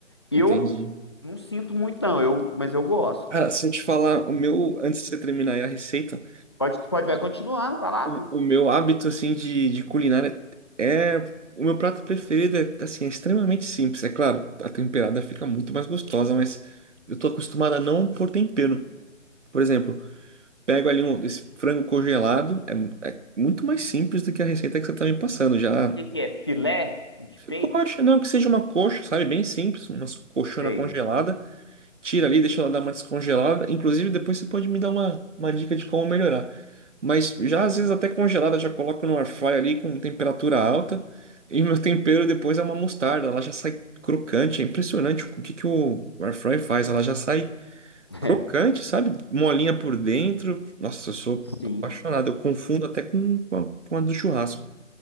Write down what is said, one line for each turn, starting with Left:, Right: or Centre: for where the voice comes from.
Left: Eu
Right: Entendi.
Left: não sinto muito não, eu, mas eu gosto.
Right: Cara, se eu te falar, o meu, antes de você terminar aí a receita,
Left: Pode, pode, vai continuando, falar.
Right: O,
Left: O
Right: o meu hábito, assim, de, de culinária é... O meu prato preferido é, assim, é extremamente simples. É claro, a temperada fica muito mais gostosa, mas eu tô acostumado a não pôr tempero. Por exemplo, pego ali um, esse frango congelado, é, mu- é muito mais simples do que a receita que você tá me passando. Já
Left: que que é? Filé de peito?
Right: coxa, não, que seja uma coxa, sabe? Bem simples, uma coxona
Left: Sei.
Right: congelada tira ali, deixa ela dar uma descongelada. Inclusive, depois você pode me dar uma, uma dica de como melhorar. Mas já às vezes até congelada, já coloco no air fry ali com temperatura alta. E meu <laughs> tempero depois é uma mostarda, ela já sai crocante. É impressionante o que que o air fry faz. Ela já sai
Left: <laughs>
Right: crocante, sabe? Molinha por dentro. Nossa, eu sou
Left: É, sim.
Right: apaixonado. Eu confundo até com, com a, com a do churrasco.